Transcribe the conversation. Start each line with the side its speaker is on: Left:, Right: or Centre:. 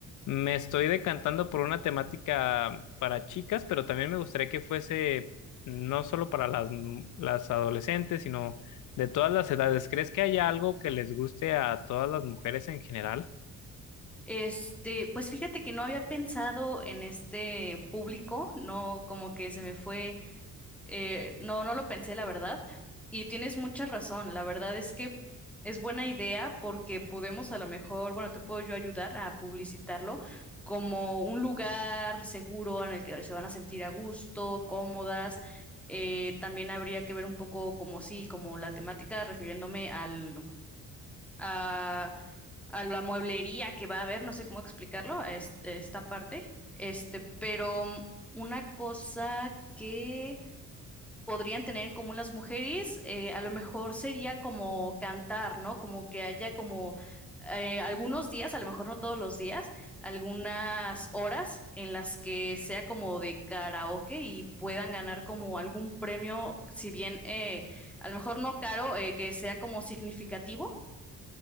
Left: me estoy decantando por una temática para chicas, pero también me gustaría que fuese no solo para las, las adolescentes, sino de todas las edades, ¿crees que haya algo que les guste a todas las mujeres en general?
Centre: Este, pues fíjate que no había pensado en este público, no, como que se me fue Eh, no, no lo pensé, la verdad. Y tienes mucha razón. La verdad es que es buena idea porque podemos a lo mejor, bueno, te puedo yo ayudar a publicitarlo como un lugar seguro en el que se van a sentir a gusto, cómodas. Eh, también habría que ver un poco como sí, como la temática, refiriéndome al, a, a la mueblería que va a haber, no sé cómo explicarlo, a est- esta parte. Este, pero mm, una cosa que podrían tener en común las mujeres, eh, a lo mejor sería como cantar, ¿no? Como que haya como eh, algunos días, a lo mejor no todos los días, algunas horas en las que sea como de karaoke y puedan ganar como algún premio, si bien eh, a lo mejor no caro, eh, que sea como significativo,